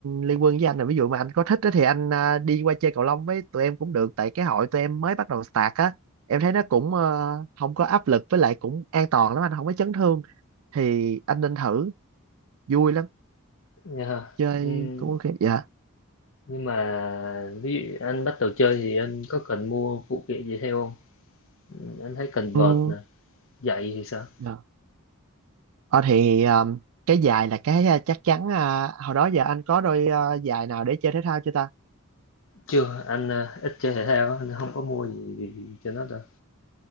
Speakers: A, on the right (about 70°); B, on the left (about 60°).
A: liên quân với anh là ví dụ mà anh có thích á thì anh ờ, đi qua chơi cầu lông với tụi em cũng được tại cái hội tụi em mới bắt đầu start á em thấy nó cũng ờ, không có áp lực với lại cũng an toàn lắm anh không có chấn thương thì anh nên thử vui lắm
B: nha. ha.
A: chơi
B: Ừm,
A: cũng ok dạ
B: Nhưng mà ví dụ anh bắt đầu chơi thì anh có cần mua phụ kiện gì theo không? Ừm, Anh thấy cần
A: ừ
B: vợt nè, giày thì sao?
A: dạ Ờ, thì ờ, cái giày là cái ờ, chắc chắn ờ, hồi đó giờ anh có đôi ờ, giày nào để chơi thể thao chưa ta
B: Chưa, anh à, ít chơi thể thao á, nên không có mua gì cho nó đâu.